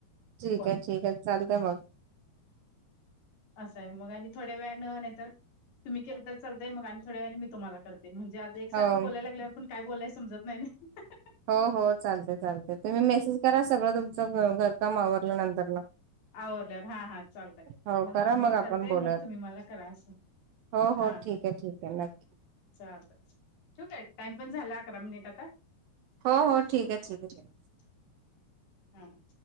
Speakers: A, on the right (about 75°); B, on the left (about 65°).
A: ठीक
B: कॉल
A: आहे ठीक आहे चालतंय मग.
B: असं आहे मग आणि थोड्या वेळंन नाही तर तुम्ही केल तर चालतंय मग आणि थोड्या वेळेन मी तुम्हाला करत ते म्हणजे आज एकसारखं
A: हो.
B: बोलायला लागल्यावर पण काय बोलायला समजत नाही. <inaudible>
A: हो- हो चालतंय -चालतंय तुम्ही मेसेज करा सगळं तुमचं घरकाम आवरलं नंतर न...
B: आवरल्यावर हा -हा चालतंय
A: हो
B: मग
A: करा
B: मी तुम्हाला करते
A: आपण बोलूयात.
B: मग तुम्ही मला करा असं
A: हो- हो
B: हा
A: ठीक
B: हा
A: आहे ठीक आहे नक्की
B: चालतंय ठेवू‌ काय टाईम पण झालाय अकरा मिनिट आता
A: हो- हो ठीक आहे ठीक आहे
B: <inaudible> हा हा